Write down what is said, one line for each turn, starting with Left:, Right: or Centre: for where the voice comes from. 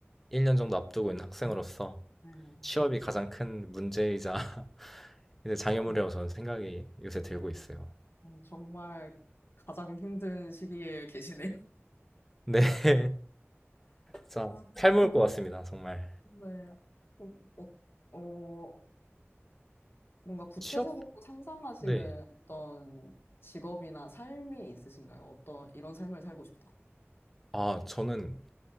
Centre: 1년 정도 앞두고
Left: 음,
Centre: 있는 학생으로서
Left: 네.
Centre: 취업이 가장 큰 문제이자 <laughs> 이제 장애물이라고 저는 생각이 요새 들고 있어요.
Left: 음, 정말 가장 힘든 시기에 계시네요.
Centre: 네, <laughs> 진짜
Left: 아,
Centre: 탈모일 것 같습니다, 정말.
Left: 네. 어, 어, 어, 뭔가 구체적으로
Centre: 취업?
Left: 상상하시는
Centre: 네.
Left: 어떤 직업이나 삶이 있으신가요? 어떤 이런 삶을 살고 싶다.
Centre: 아, 저는